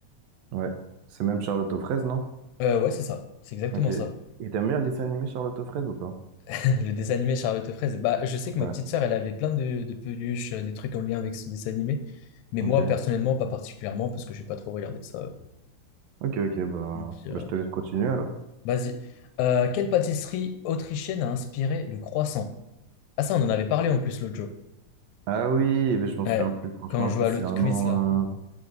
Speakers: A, on the right; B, on the left.
A: Ouais, c'est même Charlotte aux fraises, non?
B: Euh, ouais, c'est ça. C'est exactement
A: Ok.
B: ça.
A: Et t'aimes bien le dessin animé Charlotte aux fraises ou pas?
B: <laughs> Le dessin animé Charlotte aux fraises. Bah, je sais que
A: Ouais,
B: ma petite sœur, elle avait plein de, de peluches, euh, des trucs en lien avec ce dessin animé. Mais
A: ok.
B: moi, personnellement, pas particulièrement, parce que j'ai pas trop regardé ça. euh,
A: Ok, ok, bah,
B: pour te mentir,
A: bah
B: euh.
A: je te laisse continuer alors.
B: Vas-y. Euh, quelle pâtisserie autrichienne a inspiré le croissant? Ah ça, on en avait parlé en plus l'autre jour.
A: Ah oui, mais je m'en souviens
B: Ouais,
A: plus, franchement,
B: quand on
A: en
B: joue
A: plus
B: à
A: c'est
B: l'autre
A: un
B: quiz
A: nom,
B: là.
A: euh,